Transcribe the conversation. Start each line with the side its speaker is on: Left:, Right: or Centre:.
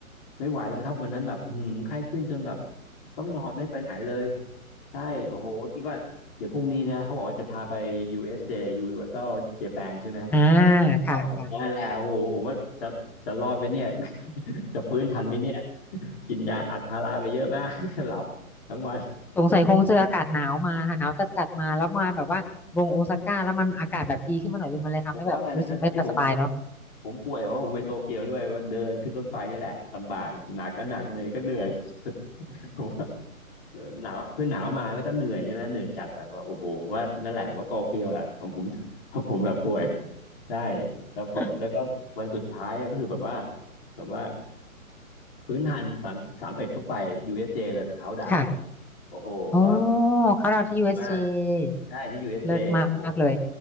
Left: ไม่ไหวแล้วครับวันนั้นแบบหืมไข้ขึ้นจนแบบต้องนอนไม่ไปไหนเลยใช่โอ้โหคิดว่าเดี๋ยวพรุ่งนี้นะเขาบอกว่าจะพาไป USJ Universal Japan ใช่ไหม
Centre: อ่า
Left: อ้าวนั่นแหละโอ้โหผมว่าจะจะรอดไหมเนี่ย
Centre: ค่ะค่ะ
Left: <laughs> จะฟื้นทันไหมเนี่ย กินยาอัดพาราไปเยอะมาก <laughs> หลับทั้งวัน
Centre: สงสัยคงเจออากาศหนาวมาค่ะหนาวจัดจัดมาแล้วมาแบบว่าวงโอซาก้าแล้วมันอากาศแบบดีขึ้นมาหน่อยเลยมันเลยทำให้แบบรู้สึกไม่สบายเนาะ
Left: ผมผมผมว่านะที่ผมปวยผมป่วยเพราะผมไปโตเกียวด้วยว่าเดินขึ้นรถไฟนี่แหละลำบากหนักก็หนักเหนื่อยก็เหนื่อย <laughs> ผมว่าหนาวคือหนาวมาแล้วก็เหนื่อยใช่ไหมเหนื่อยจัดแบบว่าโอ้โหว่านั่นแหละว่าโตเกียวอะทำผม <laughs> ทำผมแบบป่วยใช่แล้วพอแล้วก็วันสุดท้ายอะก็คือแบบว่า
Centre: อ่ะ
Left: แบบว่าพื้นทันสามสามเอ็ดเข้าไป USJ เอสเจเลยไปเขาน์ดาวน์
Centre: ค่ะ
Left: โอ้โหก็
Centre: โอ้เขาเราที่
Left: สวยมาก
Centre: USJ เอสเจ
Left: ใช่ที่ USJ
Centre: เลิศมากเลย
Left: โอ้โห